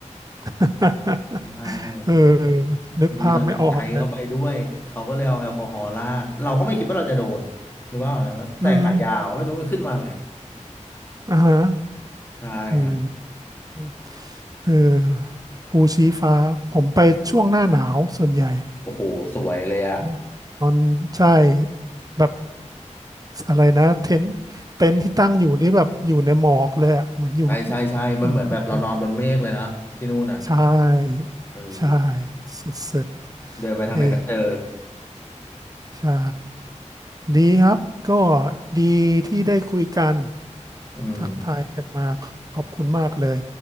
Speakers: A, on the right; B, on the left.
A: <laughs>
B: ใช่
A: เออนึกภาพไม่ออกเลย
B: ดีตอนนั้นใจเขาไปด้วยเขาก็เลยเอาแอลกอฮอล์ราดเราก็ไม่คิดว่าเราจะโดนนึกว่าใส่ขายาวไม่รู้มันขึ้นมาไง
A: อืมอ่าฮะ
B: ใช่ครับ
A: อืมอืมเออภูชี้ฟ้า ผมไปช่วงหน้าหนาวส่วนใหญ่
B: โอ้โหสวยเลยอ่ะ
A: อืมตอนใช่ แบบอะไรนะเต็นท์เต็นท์ที่ตั้งอยู่นี่แบบอยู่ในหมอกเลยอะเหมือนอยู่
B: ใช่ใช่ใช่มันเหมือนแบบเรานอนบนเมฆเลยนะที่นู่นอ่ะ
A: เหมือนอยู่ ใช่
B: เออ
A: ใช่ สุด
B: เดินไปทางไหนก็เจอ
A: ๆเออ ใช่ดีครับก็ดีที่ได้คุยกัน
B: อืม
A: ทักทายกันมาขอบคุณมากเลย